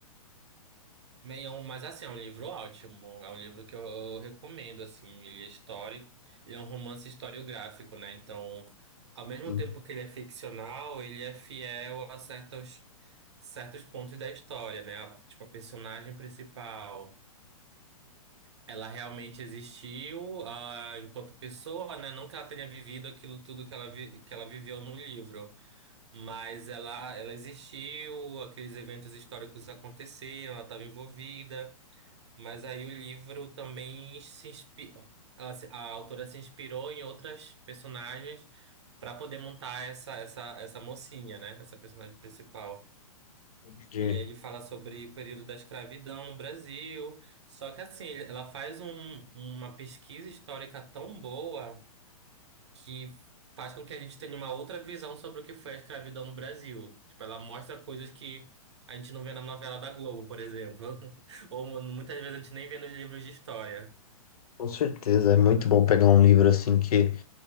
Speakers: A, on the right; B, on the left.
A: Meio, mas assim, é um livro ótimo. É um livro que eu, eu recomendo, assim. Ele é histórico. Ele é um romance historiográfico, né? Então, ao mesmo
B: Sim.
A: tempo que ele é ficcional, ele é fiel a certos, certos pontos da história, né? A- Tipo, a personagem principal, ela realmente existiu, ah, enquanto pessoa, né? Não que ela tenha vivido aquilo tudo que ela, vi- que ela viveu no livro. Mas ela, ela existiu, aqueles eventos históricos aconteceram, ela estava envolvida. Mas aí o livro também se inspirou. Ela, se- a autora se inspirou em outras personagens para poder montar essa, essa, essa mocinha, né? Essa personagem principal.
B: Entendi.
A: E aí ele fala sobre o período da escravidão no Brasil. Só que assim, ele- ela faz um- uma pesquisa histórica tão boa que faz com que a gente tenha uma outra visão sobre o que foi a escravidão no Brasil. Tipo, ela mostra coisas que a gente não vê na novela da Globo, por exemplo. <laughs> Ou mu- muitas vezes a gente nem vê nos livros de história.
B: Com certeza, é muito bom pegar um livro assim que